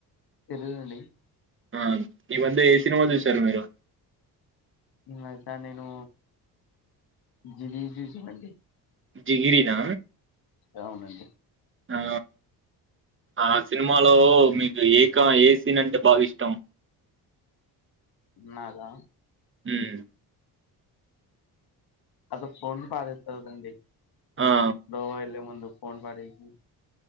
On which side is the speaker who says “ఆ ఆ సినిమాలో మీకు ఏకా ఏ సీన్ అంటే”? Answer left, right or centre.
Right